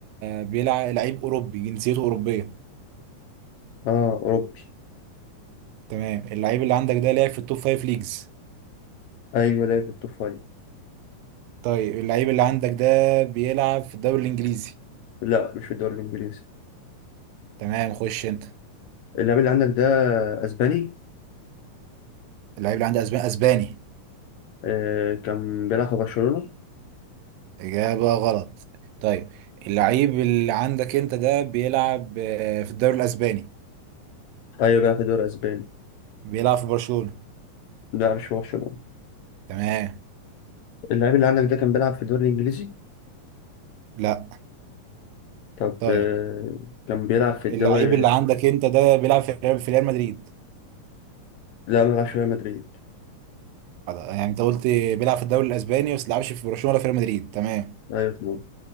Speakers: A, on the right (about 85°); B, on the left (about 75°).
A: بيلعب لعيب اوروبي جنسيته اوروبية
B: اه اوروبي
A: تمام اللعيب اللي عندك ده لعب في التوب فايف ليجز
B: ايوه لعب في التوب فايف
A: طيب اللعيب اللي عندك ده بيلعب في الدوري الانجليزي
B: لا مش في الدوري الانجليزي
A: تمام خش انت
B: اللعيب اللي عندك ده اسباني
A: اللعيب اللي عندي اسباني اسباني
B: آه... كان بيلعب في برشلونة
A: اجابه غلط طيب اللعيب اللي عندك انت ده بيلعب آه، في الدوري الاسباني
B: ايوه بيلعب في الدوري الاسباني
A: بيلعب في برشلونه
B: لا مش في برشلونة
A: تمام
B: اللاعب اللي عندك ده كان بيلعب في الدوري الإنجليزي
A: لا
B: طب
A: طيب
B: آه، كان بيلعب في الدوري
A: اللعيب اللي عندك انت ده بيلعب في ريال في ريال مدريد
B: لا ما بيلعبش في ريال مدريد
A: خلاص، يعني انت قلت بيلعب في الدوري الاسباني بس بيلعبش في برشلونه ولا في ريال مدريد تمام
B: أيوة تمام